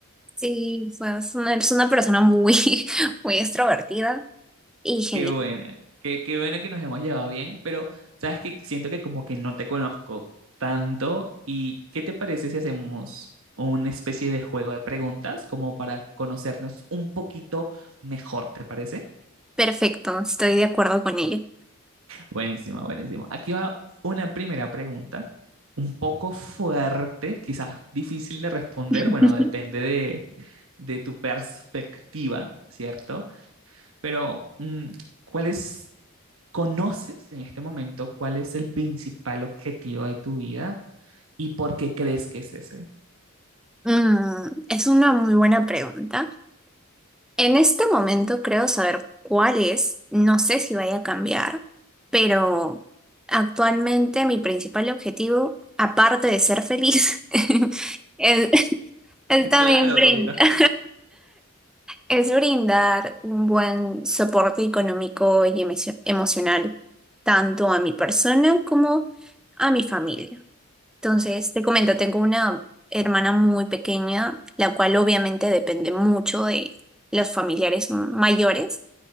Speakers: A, in the centre; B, on the right (about 65°).
A: Sí, o sea, es una, eres una persona muy, <laughs> muy extrovertida
B: <laughs>
A: y genial.
B: Qué bueno, qué, qué bueno que nos hemos llevado bien, pero sabes que siento que como que no te conozco tanto. ¿Y qué te parece si hacemos una especie de juego de preguntas como para conocernos un poquito mejor, ¿te parece?
A: Perfecto, estoy de acuerdo con ello.
B: Buenísimo, buenísimo. Aquí va una primera pregunta, un poco fuerte, quizás difícil de responder,
A: <laughs>
B: bueno, depende de, de tu perspectiva, ¿cierto? Pero, mm, ¿cuál es, conoces en este momento cuál es el principal objetivo de tu vida y por qué crees que es ese?
A: Mm, es una muy buena pregunta. En este momento creo saber cuál es, no sé si vaya a cambiar, pero actualmente mi principal objetivo, aparte de ser feliz, <laughs> es, es también
B: Claro,
A: brindar.
B: obvio.
A: Es brindar un buen soporte económico y emocio- emocional, tanto a mi persona como a mi familia. Entonces, te comento, tengo una hermana muy pequeña, la cual obviamente depende mucho de los familiares mayores.